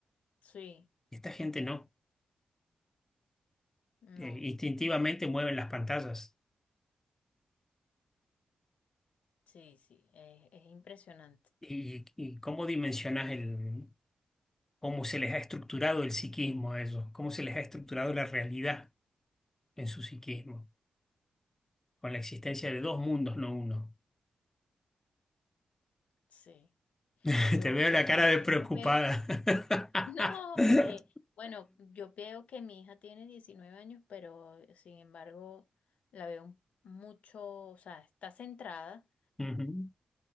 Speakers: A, on the left; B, on the left.
A: sí,
B: Y esta gente no.
A: no.
B: Eh, instintivamente mueven las pantallas.
A: Sí, sí, es, es impresionante.
B: ¿Y, y cómo dimensionas
A: eh,
B: el, cómo se les ha estructurado el psiquismo a ellos? ¿Cómo se les ha estructurado la realidad? en su psiquismo, con la existencia de dos mundos, no uno.
A: Sí.
B: <laughs>
A: Yo
B: Te veo
A: no
B: la
A: sé,
B: cara
A: a
B: de
A: veces
B: preocupada.
A: veo, <laughs>
B: <laughs>
A: no, porque, bueno, yo veo que mi hija tiene 19 años, pero sin embargo la veo mucho, o sea, está centrada,
B: Ujú,